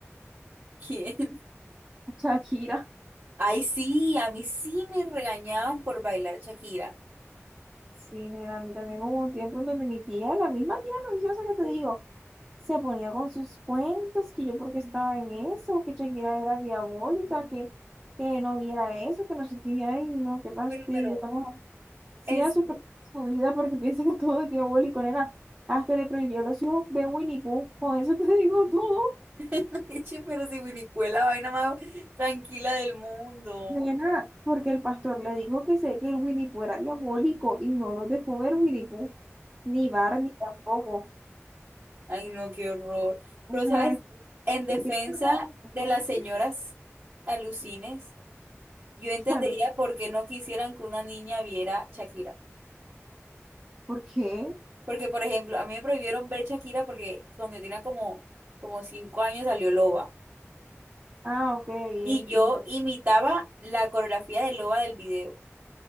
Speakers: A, on the right (about 45°); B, on the right (about 20°).
A: ¿quién? <laughs>
B: Shakira.
A: Ay, sí, a mí sí me regañaban por bailar Shakira.
B: Sí, nena, a mí también hubo un tiempo en donde mi tía, la misma tía religiosa que te digo, se ponía con sus cuentos, que yo porque estaba en eso, que Shakira era diabólica, que, que no viera eso, que no sé qué, y ay, no, qué fastidio,
A: Pero, pero,
B: estamos así
A: en
B: a
A: serio,
B: su, su vida porque <laughs> piensa que todo es diabólico, nena, hasta le prohibió a los hijos ver Winnie Pooh, con eso te digo todo,
A: <laughs> che, pero si Winnie fue la vaina más tranquila del mundo.
B: nena, porque el pastor le dijo que sé que el Winnie Pooh era diabólico y no lo dejó ver Winnie Pooh, ni Barney tampoco.
A: Ay, no, qué horror.
B: O
A: Pero,
B: sea,
A: ¿sabes? En defensa
B: Es que es verdad, ¿no?
A: de las señoras alucines. Yo entendería
B: <laughs> A los-
A: por qué no quisieran que una niña viera Shakira.
B: ¿Por qué?
A: Porque, por ejemplo, a mí me prohibieron ver Shakira porque cuando yo tenía como, como cinco años salió Loba.
B: Ah, ok, y,
A: Y
B: es-
A: yo
B: y
A: imitaba la coreografía de Loba del video.